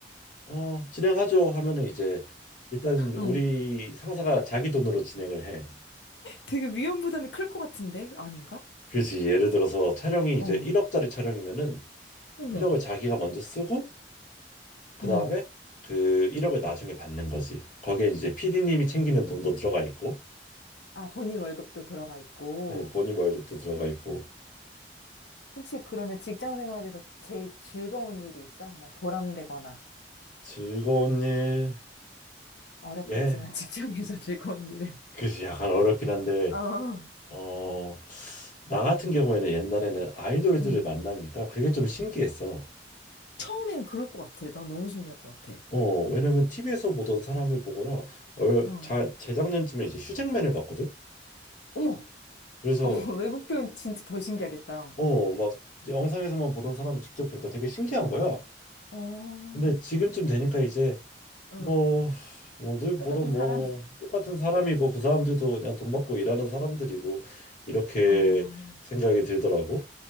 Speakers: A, on the left; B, on the left.
A: 어, 진행하죠 하면은 이제 일단 우리
B: 음.
A: 상사가 자기 돈으로 진행을 해.
B: 되게 위험 부담이 클 것 같은데? 아닌가?
A: 그지. 예를 들어서 촬영이 이제
B: 어,
A: 1억짜리 촬영이면은
B: 어머,
A: 1억을 자기가 먼저 쓰고 그다음에
B: 어.
A: 그 1억을 나중에 받는 거지. 거기에 이제 PD님이 챙기는 돈도 들어가 있고
B: 아, 본인 월급도 들어가 있고.
A: 예, 본인 월급도 들어가 있고
B: 혹시 그러면 직장 생활에서 제일 즐거운 일이 있어? 뭐 보람되거나
A: 즐거운 일.
B: 어렵겠지만
A: 예.
B: <laughs> 직장에서 즐거운 일은.
A: 그지. 약간 어렵긴 한데
B: 어,
A: 어, 나 같은 경우에는 옛날에는 아이돌들을
B: 응.
A: 만나니까 그게 좀 신기했어.
B: 처음엔 그럴 것 같아. 나 너무 신기할 것 같아.
A: 어, 왜냐면 TV에서 보던 사람을 보거나 얼,
B: 응.
A: 자, 재작년쯤에 이제 휴잭맨을 봤거든.
B: 어머,
A: 그래서
B: 어, <laughs> 외국 표현 진짜 더 신기하겠다.
A: 어, 막 이제 영상에서만 보던 사람을 직접 보니까 되게 신기한 거야.
B: 어,
A: 근데 지금쯤 되니까 이제
B: 응.
A: 뭐, 뭐 늘 보던
B: 똑같은
A: 뭐
B: 사람
A: 똑같은 사람이고 그 사람들도 그냥 돈 받고 일하는 사람들이고 이렇게
B: 어.
A: 생각이 들더라고.